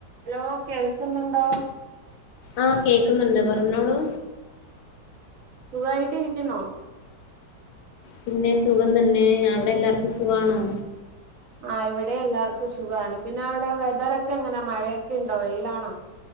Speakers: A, on the right; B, on the left.
A: ഹലോ കേൾക്കുന്നുണ്ടോ
B: ആ കേക്ക് ന്ന്ണ്ട് പർഞ്ഞോളൂ
A: സുഖായിട്ടിരിക്കുന്നോ
B: പിന്നെ സുഖം തന്നെ അവിടെ ല്ലാർക്കും സുഖമാണോ
A: ആ ഇവിടേം എല്ലാവർക്കും സുഖാണ്. പിന്നെ അവിടെ വെതറൊക്കെ എങ്ങനെയാ മഴേക്കെ ഇണ്ടോ വെയിലാണോ?